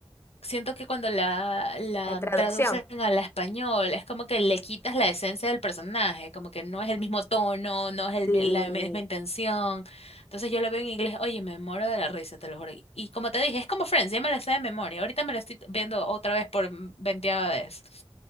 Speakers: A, on the left; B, on the left.
A: Siento que cuando la, la
B: La traducción.
A: traducen al español es como que le quitas la esencia del personaje, como que no es el mismo tono, no es el
B: Sí.
A: mi- la misma intención. Entonces yo lo veo en inglés, oye, me muero de la risa, te lo juro. Y como te dije, es como Friends, ya me la sé de memoria. Ahorita me la estoy viendo otra vez por veinteava vez.